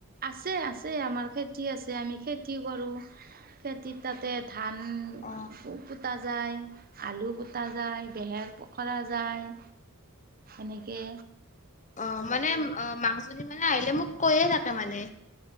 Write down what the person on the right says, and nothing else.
আছে আছে আমাৰ খেতি আছে আমি খেতি কৰোঁ খেতি তাতে ধান
পু পুতা যায়, আলু পুতা যায়, বেহেৰ পখৰা যায়। এনেকে